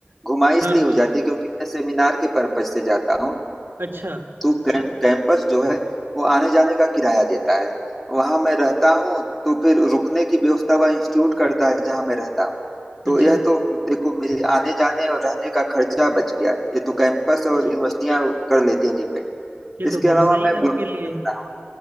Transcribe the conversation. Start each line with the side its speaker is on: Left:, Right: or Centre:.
Centre: घुमाई इसलिए
Right: हाँ हाँ
Centre: हो जाती है क्योंकि मैं सेमिनार के पर्पज से जाता हूँ
Right: अच्छा
Centre: तो कैं- कैंपस जो है वो आने जाने का किराया देता है वहां मैं रहता हूँ तो फिर रुकने की व्यवस्था वह इंस्टीट्यूट करता है जहां मैं रहता हूँ तो
Right: अच्छा
Centre: यह तो देखो मेरे आने जाने और रहने का खर्चा बच गया ये तो कैंपस
Right: जी
Centre: और यूनिवर्सिटियां कर लेती हैं डिपेंड
Right: ये तो
Centre: इसके
Right: बहुत
Centre: अलावा
Right: सही
Centre: मैं
Right: है
Centre: ब्लॉगिंग
Right: आपके लिए
Centre: करता हूँ